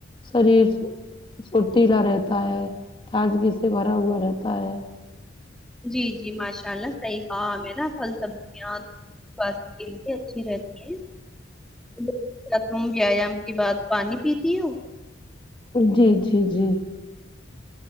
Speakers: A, on the left; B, in the centre.
A: شریر فھرتیلا رہتا ہے تازگی سے بھرا ہوا رہتا ہے
B: جی جی ماشاء اللہ صحیح کہا ہمیں نا پھل سبزیاں سواست کے لیے اچھی رہتی کیا تم ویایام کے بعد پانی پیتی ہو
A: جی جی جی